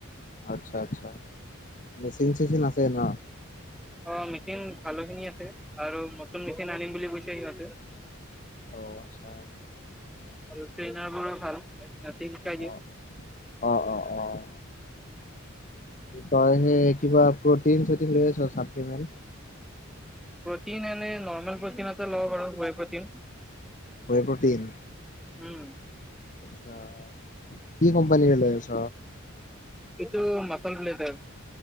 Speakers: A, on the left; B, in the centre.
A: আচ্ছা-আচ্ছা, মেচিন চেচিন আছে ন?
B: অ', মেচিন ভালো খিনি আছে আৰু নতুন মেচিন আনিম বুলি কৈছে ইহতে।
A: ঔ, আচ্ছা।
B: আৰু ট্ৰেইনাৰ বোৰো ভাল। সিহঁতে শিকাই দিয়ে।
A: অ অ অ অ তই সে কিবা প্ৰটিন চটিন লৈ আছ চাপ্লিমেণ্ট?
B: প্ৰটিন এনে নৰ্মেল প্ৰটিন এটা লওঁ বাৰু whey protein.
A: Whey protein.
B: Um.
A: আচ্ছা কি কোম্পানীৰে লৈ আছ
B: এটো মাছোল ব্লেজার।